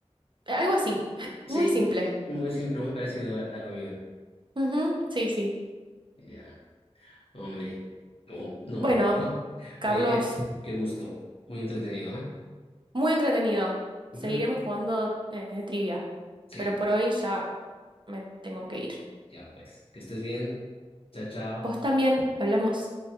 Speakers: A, on the right (about 45°); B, on the left (about 55°).
A: eh, Algo así, <laughs>
B: Sí,
A: muy simple.
B: muy simple, muy parecido a, a lo mío.
A: Ujú, Sí, sí.
B: Ya, hombre. No, no,
A: Bueno,
B: hombre, ¿no?
A: Carlos,
B: Oye, qué, qué gusto. Muy entretenido, ¿eh?
A: muy entretenido.
B: Ujú.
A: Seguiremos jugando eh, trivia,
B: Sí,
A: pero por hoy ya me tengo que ir.
B: ya, pues. Que estés bien. Chao, chao.
A: Vos también, hablamos.